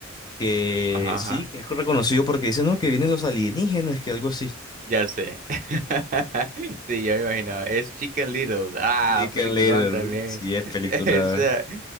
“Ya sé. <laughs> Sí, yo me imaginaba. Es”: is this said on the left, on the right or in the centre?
Right